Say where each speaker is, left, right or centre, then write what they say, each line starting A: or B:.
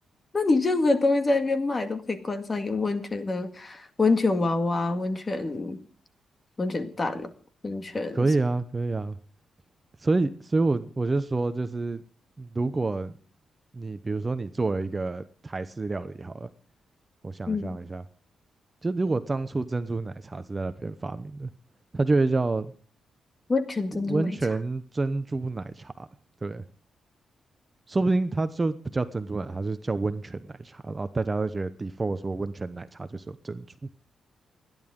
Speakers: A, on the left (about 25°); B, on the right (about 25°).
A: 那你任何东西在那边卖都可以冠上一个温泉的温泉娃娃、温泉温泉蛋呢？温泉什
B: 可以啊，可以啊，所以，所以我我就说，就是如果你比如说你做了一个台式料理好了，我想象一下，
A: 么？嗯，
B: 就如果当初珍珠奶茶是在那边发明的，它就会叫
A: 温泉珍珠奶茶
B: 温泉珍珠奶茶，对，说不定它就不叫珍珠奶茶，它就是叫温泉奶茶，然后大家都觉得 default 说温泉奶茶就是有珍珠。